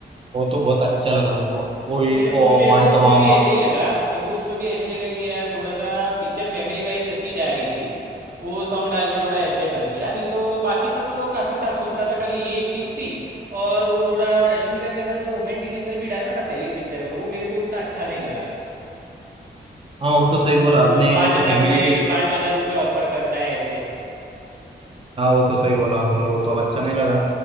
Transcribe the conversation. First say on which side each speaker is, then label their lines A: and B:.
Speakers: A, on the right (about 30°); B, on the right (about 55°).
A: वो तो बहुत अच्छा लगा मेरे को वो
B: नहीं
A: ये
B: मेरे
A: ओ
B: को मेरे
A: वांटवावा
B: को उसमें भी ऐसे ही लगा मेरे को उसमें भी ऐसे ही लगा कि यार थोड़ा सा पिक्चर फैमिली वाइज अच्छी जा रही थी वो सॉन्ग डाल के थोड़ा ऐसे कर दिया नहीं तो बाकी सब तो काफ़ी साफ सुथरा था खाली ये एक चीज़ थी और वो थोड़ा रश्मिका के साथ जो रोमांटिक एंगल भी डाला ना पहली पिक्चर में वो मेरे को उतना अच्छा नहीं लगा
A: हाँ वो तो सही
B: वो
A: बोला
B: उसको
A: आपने
B: पाँच
A: वो तो
B: हज़ार
A: फैमिली
B: रुपये
A: के
B: पाँच हज़ार रुपये ऑफर करता है ऐसे
A: हाँ वो तो सही बोला आपने वो तो अच्छा नहीं लगा